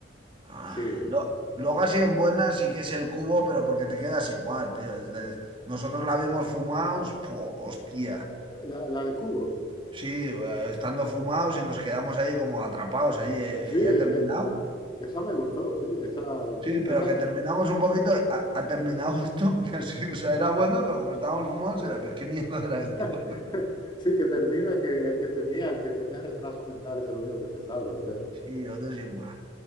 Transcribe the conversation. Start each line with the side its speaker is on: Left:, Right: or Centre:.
Right: ah,
Left: Sí.
Right: lo- luego así en buenas sí que es el cubo, pero porque te quedas igual, tío. es de- nosotros la vimos fumados, puh, hostia.
Left: La, la de Cubo.
Right: Sí, eh, estando fumados y nos quedamos ahí como atrapados, ahí eh,
Left: Sí, eh,
Right: ya he terminado.
Left: Esa me gustó, sí, esa,
Right: Sí, pero
Left: esa
Right: que terminamos un poquito, ha, ha terminado esto, <laughs> que sí, o sea, era bueno, pero como estábamos fumados, era, pero ¿qué mierda era esto?
Left: <laughs>
Right: <laughs>
Left: sí que termina que el que tenía, el que tenía retraso mental es el único que se salva, creo.
Right: Y yo, entonces, buah.